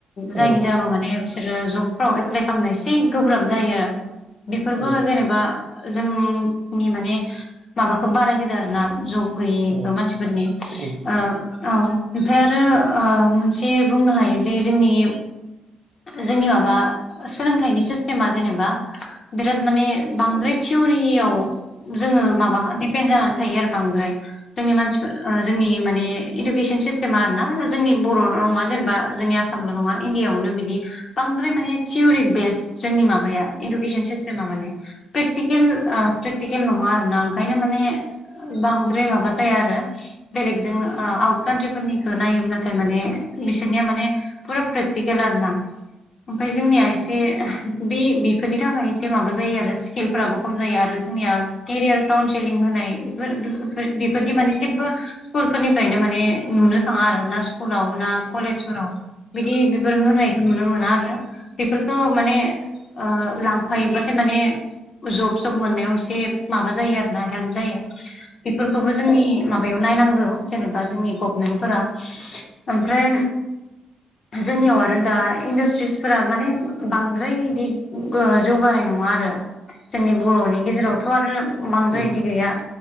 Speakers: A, on the left; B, on the right.
A: जायनि
B: औ
A: जाहोनाव माने बिसोरो जब फ्राव एप्लाइ खालामनो एसे गोब्राब जायो। बेफोरबो
B: औ
A: जेनेबा जों नि माने माबाखौ बाराय होदो आरोना। जब गैयैखौ
B: औ
A: मानसिफोरनि ओ
B: औ
A: औ। ओमफ्राय आरो ओ मोनसे बुंनो हायो जे जोंनि जोंनि माबा सोलोंथाइनि सिस्टेमा जेनेबा बिराद माने बांद्राय थिवरियाव जोङो माबा दिपेन जानानै थायो आरो बांद्राय। जोंनि मानसिफोर ओ जोंनि माने इदुकेसन सिसटेम आरो ना जोंनि बर' रावा जेनेबा जोंनि आसाम नंगौना नंङा इण्डियावनो बिडि बांद्राय माने थिउरि बेसट जोंनि माबा या इइुकेसन सिसतेमा माने प्रेकटिकेल ओ टिकिल नंङा आरो ना ओंखायनो माने बांद्राय मा बा जाया आरो। बेलेग जों आउट कान्ट्रि फोरनिखौ नायोब्लाथाय माने बिसोरनिया माने फुरा प्रेकटिकेल आरोना। ओमफ्राय जोंनिया एसे बे बेफोरनि थाखाय एसे माबा जायो आरो स्किलफोराबो खम जायो आरो जोंनिया केरियार काउन्सेलिं होनायफोर बेफोरदि माने जेबो स्कुल फोरनिफ्रायनो माने नुनो थाङा आरो ना स्कुलाव ना कलेजफोराव बिदि बेफोर होनायखौ नुनो मोना आरो। <unintelligible> बेफोरखौ माने ओ लांफायोबाथाय माने जब सब मोननायाव एसे माबा जायो आरो ना हेल्प जायो। बेफोरखौबो जोंनि माबायाव नायनां औ जेनेबा जोंनि गभनमेन्ट फोरा ओमफ्राय जोंनियाव आरो दा इन्डास्ट्रिसफोरा माने बांद्राय बिदि ओ जौगानाय नङा आरो। जोंनि बर'नि गेजेराव थ' आरो बांद्राय
B: नंगौ
A: बिदि गैया